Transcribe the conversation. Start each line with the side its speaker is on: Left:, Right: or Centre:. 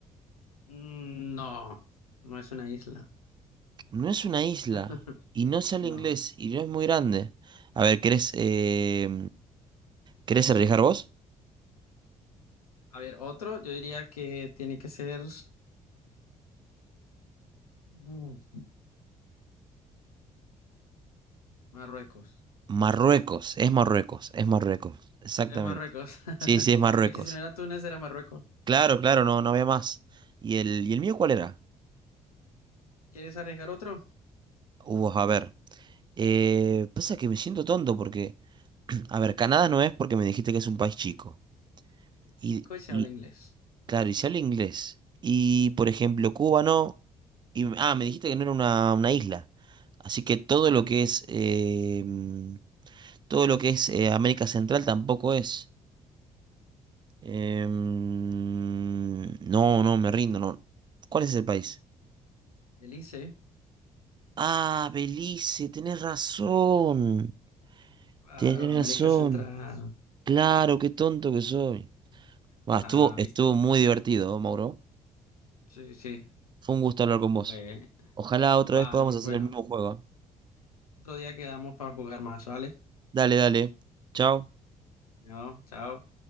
Left: Mm, No, no es una isla.
Right: No es una isla
Left: <laughs>
Right: y no se habla
Left: No.
Right: inglés y no es muy grande. A ver, ¿querés, eh, ¿querés arriesgar vos?
Left: A ver, otro, yo diría que tiene que ser mm, Marruecos.
Right: Marruecos, es Marruecos, es Marruecos, exactamente.
Left: Es Marruecos. <laughs>
Right: Sí, sí, es Marruecos.
Left: Es que si no era Túnez, era Marruecos.
Right: Claro, claro, no, no había más. ¿Y el, y el mío cuál era?
Left: ¿Quieres arriesgar otro?
Right: Hubo, a ver. eh, pasa que me siento tonto porque, <clears throat> a ver, Canadá no es porque me dijiste que es un país chico.
Left: El chico
Right: Y,
Left: y se
Right: y
Left: habla inglés.
Right: claro, y se habla inglés. Y, por ejemplo, Cuba no. Y, ah, me dijiste que no era una, una isla. Así que todo
Left: Ah, correcto.
Right: lo que es, em, todo lo que es eh, América Central tampoco es. Em, no, no, me rindo, no. ¿Cuál es el país?
Left: Belice.
Right: Ah, Belice, tenés razón.
Left: Claro,
Right: Tenés
Left: América
Right: razón.
Left: Central.
Right: Claro, qué tonto que soy. Bah,
Left: Ah,
Right: estuvo, estuvo
Left: viste.
Right: muy divertido, ¿eh, Mauro.
Left: Sí, sí.
Right: Fue un gusto hablar con vos.
Left: Pues,
Right: Ojalá
Left: vale,
Right: otra vez podamos hacer
Left: bueno,
Right: el mismo juego. ¿eh?
Left: otro día quedamos para jugar más, ¿vale?
Right: Dale, dale. Chao.
Left: No, chao.